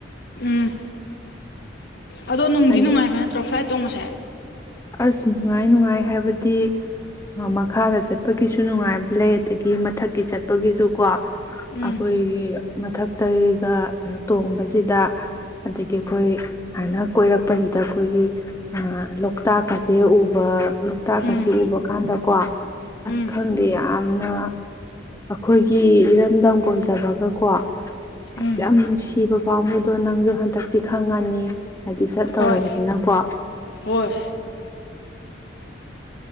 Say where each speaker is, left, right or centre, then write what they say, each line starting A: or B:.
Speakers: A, on the left; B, on the left.
A: ꯎꯝ ꯑꯗꯣꯅ ꯅꯨꯡꯉꯥꯏꯕ
B: ꯑꯗꯩ
A: ꯅꯠꯇ꯭ꯔꯣ ꯐ꯭ꯂꯥꯏꯠ ꯇꯣꯡꯕꯁꯦ
B: ꯑꯁ ꯅꯨꯡꯉꯥꯏ ꯅꯨꯡꯉꯥꯏ ꯍꯥꯏꯕꯗꯤ ꯃꯈꯥꯗ ꯆꯠꯄꯒꯤꯁꯨ ꯅꯨꯡꯉꯥꯏꯕ ꯂꯩ ꯑꯗꯒꯤ ꯃꯊꯛꯀꯤ ꯆꯠꯄꯒꯤꯁꯨꯀꯣ ꯑꯩꯈꯣꯏꯒꯤ
A: ꯎꯝ
B: ꯃꯊꯛꯇꯒ ꯇꯣꯡꯕꯁꯤꯗ ꯑꯗꯒꯤ ꯑꯩꯈꯣꯏ ꯍꯥꯏꯅ ꯀꯣꯏꯔꯛꯄꯁꯤꯗ ꯑꯩꯈꯣꯏꯒꯤ ꯂꯣꯛꯇꯥꯛꯀꯁꯦ ꯎꯕ ꯂꯣꯛꯇꯥꯛꯀꯁꯦ
A: ꯎꯝ
B: ꯎꯕ ꯀꯥꯟꯗꯀꯣ ꯑꯁ
A: ꯎꯝ
B: ꯈꯪꯗꯦ ꯌꯥꯝꯅ ꯑꯩꯈꯣꯏꯒꯤ ꯏꯔꯝꯗꯝ ꯀ ꯑꯣꯏꯖꯕꯒꯀꯣ ꯑꯁ
A: ꯎꯝ
B: ꯌꯥꯝ ꯅꯨꯡꯁꯤꯕ ꯄꯥꯎꯕꯗꯣ ꯅꯪꯁꯨ ꯍꯟꯗꯛꯇꯤ ꯈꯪꯉꯅꯤ ꯍꯥꯏꯗꯤ ꯆꯠꯠꯇꯧꯔꯕꯅꯤꯅꯀꯣ
A: ꯍꯣꯏ ꯍꯣꯏ